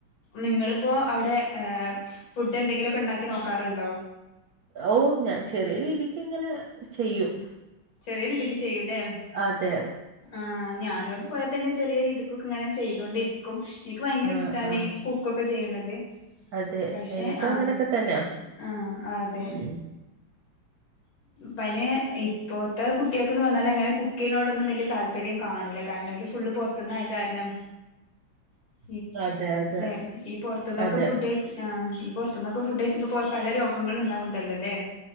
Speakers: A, on the left (about 75°); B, on the right (about 65°).
A: നിങ്ങളിപ്പോ അവിടെ ഏഹ് ഫുഡ് എന്തെങ്കിലൊക്കെ ഉണ്ടാക്കി നോക്കാറുണ്ടോ
B: ഓഹ് ഞാൻ ചെറിയ രീതിക്ക് ഇങ്ങനെ ചെയ്യും
A: ചെറിയ രീതിക്ക് ചെയ്യൂ ല്ലേ
B: അതെ
A: ആഹ് ഞാനും അതുപോലെ തന്നെ ചെറിയ രീതിക്കൊക്കെ ഇങ്ങനെ ചെയ്തൊണ്ടിരിക്കും ഇന്ക് ഭയങ്കര
B: ആ
A: ഇഷ്ടാണ്
B: ആ
A: ഈ കുക്കൊക്കെ ചെയ്യണത്
B: അതെ
A: പക്ഷെ
B: എനിക്കും
A: ആഹ്
B: അങ്ങനെയൊക്കെ തന്നെയാ
A: ആഹ് അതെ
B: ഉം
A: പിന്നെ ഇപ്പോഴത്തെ കുട്ടിയെക്ക് ന്ന് പറഞ്ഞാല് അങ്ങനെ കുക്ക് ചെയ്യുന്നനോടൊന്നും വല്ല്യ താല്പര്യം കാണൂല്ല ക രണം ഓല് ഫുള്ള് പൊറത്തന്നായ കാരണം ഈ
B: അതെ അതെ
A: ഇല്ലേ ഈ പൊർത്ത്ന്നൊക്കെ
B: അതെ
A: ഫുഡ് കഴിച്ചി ആഹ് ഈ പൊറത്തന്നെക്കെ ഫുഡ് കഴിച്ചിപ്പോ പല രോഗങ്ങളും ഇണ്ടാവുണ്ടല്ലോ ല്ലേ